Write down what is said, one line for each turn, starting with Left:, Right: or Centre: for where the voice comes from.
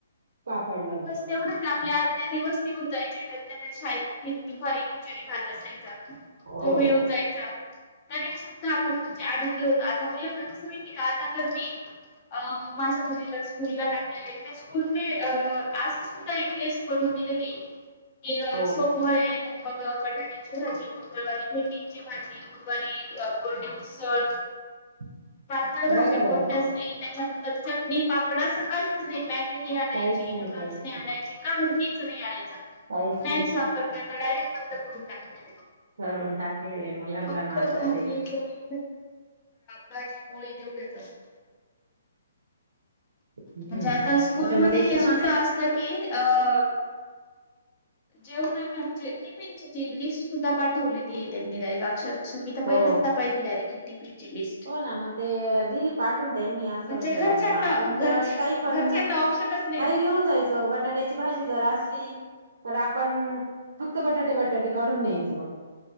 Right: पापड लोण
Left: बस तेवढंच आपले अर्धे दिवस निघून जायचे त्यातल्या त्यात शाळेत दुपारी खिचडी-भात असायचा तो
Right: हो
Left: मिळून जायचा, तरी सु द्धा आपण म्हणजे आनंदी होतो, आता मुलांना कसं माहिती का? आता तर मी अ माझ्या मुलीला स्कूलला टाकलेलं आहे त्या स्कूलने अ असं सुद्धा एक लिस्ट बनून दिलेली आहे की सो
Right: हो
Left: सोमवार आहे तर मग बटाट्याची भाजी, मंगळवारी भेंडींची भाजी गुरवारी कोरडी उसळ
Right: <inaudible>
Left: पातळ
Right: बघा
Left: भाज्या
Right: बरं
Left: कोणत्याच नाही, त्याच्यानंतर चटणी पापड असं काहीच नाही, मॅगी नाही आणायची.
Right: काहीच नाही काहीच नाही
Left: <unintelligible> वापरता
Right: काहीच नाही
Left: डायरेक्ट बंद करून टाकतोय
Right: करून टाकले मुलांना
Left: फक्त
Right: नाता
Left: भाजी,
Right: ते
Left: पोळी भाजी पोळी तेवढेच असत.
Right: हम्म
Left: म्हणजे आता स्कूलमध्ये
Right: त्याच्यामध्ये एकदम
Left: हे सुद्धा
Right: असं
Left: असत की अं जेवणाना म्हणजे टिफिनची लिस्ट सुद्धा पाठवलेली आहे त्यांनी अक्षर श मी तर
Right: हो
Left: पहिल्यांदा पहिली डायरी ची टिफी ची लिस्ट,
Right: हो ना मग ते दिली पाठवून त्यांनी असं
Left: म्हणजे घरच्यांना
Right: आपण
Left: घर
Right: त्यावेेळेस काही पण
Left: घरच्यांना ऑप प्शनच नाही
Right: काही
Left: ना.
Right: घेऊन जायचं बटाट्याची भाजी जरा असली की तर आपण फक्त बटाटे बटाटे काढून न्यायचो